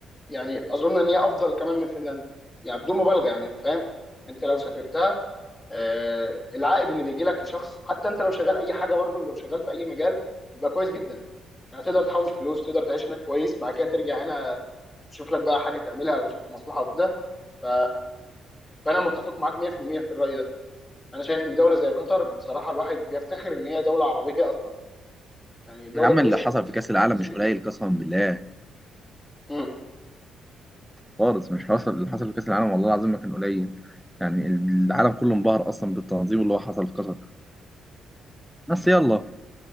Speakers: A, on the left; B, in the centre.
A: يعني اظن ان هي افضل كمان من فنلندا يعني بدون مبالغه يعني فاهم انت لو سافرتها آه العائد اللي بيجي لك كشخص حتى انت لو شغال اي حاجه برضه لو شغال في اي مجال يبقى كويس جدا يعني تقدر تحوش فلوس تقدر تعيش هناك كويس بعد كده ترجع هنا تشوف لك بقى حاجه تعملها او تشوف مصلحه وكده ف... فانا متفق معاك 100% في المية في الراي ده انا شايف ان دوله زي قطر بصراحه الواحد بيفتخر ان هي دوله عربيه <laughs> اصلا يعني دوله
B: العمل
A: كويسه
B: اللي حصل
A: كويسه
B: في كأس العالم
A: كويسه
B: مش
A: جدا
B: قليل قسما بالله
A: امم
B: خالص مش حصل اللي حصل في كأس العالم والله العظيم ما كان قليل يعني العالم كله انبهر أصلا بالتنظيم اللي هو حصل في قطر بس يلا